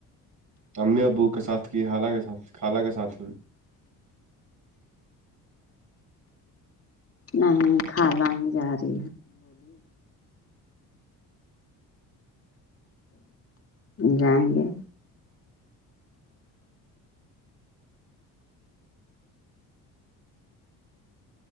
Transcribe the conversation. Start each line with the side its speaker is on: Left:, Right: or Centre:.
Right: امی ابو کے ساتھ کی خالہ کے ساتھ
Left: نہیں کھالا نہیں جاتی جائیں گے